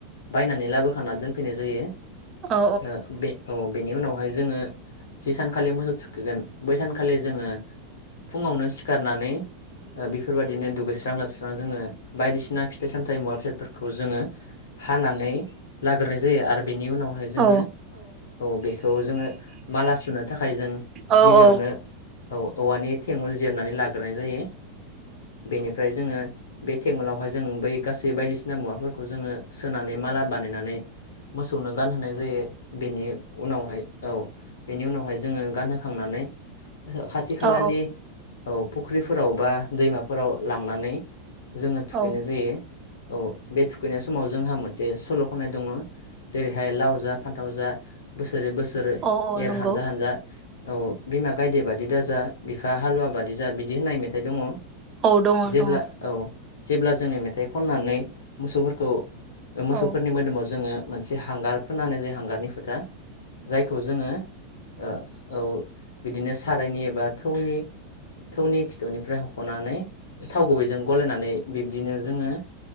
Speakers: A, on the left; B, on the right.
A: बायनानै लाबोखाना दोनफैनाय जायो।
B: औ
A: ओ बे औ बेनि उनावहाय जोङो जि सानखालि मोसौ थुखैगोन बै सानखालि जोङो फुङावनो सिखारनानै ओ बेफोरबायदिनो दुगैस स्रां लोबस्रां जोङो बायदिसिना फिथाइ सामथाइ मुवा बेसादफोरखौ जोङो हानानै लाग्रो नाय जायो आरो बेनि उनावहाय जोङो
B: औ
A: औ बेखौ जोङो माला सुनो थाखाय जों
B: औ
A: गिबियावनो
B: औ
A: औ-औवानि थेङुल जि जिरनानै लाग्रोनाय जायो। बेनि फ्राय जोङो बे थेङुलावहाय जों बै गासै बायदिसिना मुवाफोरखौ जोङो सोनानै माला बानायनानै मोसौनो गानहोनाय जायो। बेनि उनावहाय औ बेनि उनावहाय जोङो गानहोखांनानै ओहो खाथि खालानि
B: औ
A: औ फुख्रिफोराव बा दैमाफोराव लांनानै जोङो थुखैनाय
B: औ
A: जायो। औ बे थुखैनाय समाव जोंहा मोनसे सल' खननाय दङो जेरैहाय लाव जा फान्थाव जा बोसोरै बोसोर एर
B: औ औ नंगौ
A: हानजा हानजा। औ बिमा गायदे बादि दाजा बिफा हालुवा बादि जा बिदि होननाय मेथाइ दङ।
B: औ दङ
A: जेब्ला
B: दङ
A: औ जेब्ला जोङो मेथाइ खननानै मोसौफोरखौ ओ मोसौफोरनि
B: औ
A: मोदोमाव जोङो मोनसे हांगार फोनना होनाय जायो हांगारनि फोथा। जायखौ जोङो ओ औ बिदिनो सारायनि एबा थौनि थौनि खिथौनिफ्राय हख'नानै थाव गुबैजों गलायनानै बिब्दिनो जोङो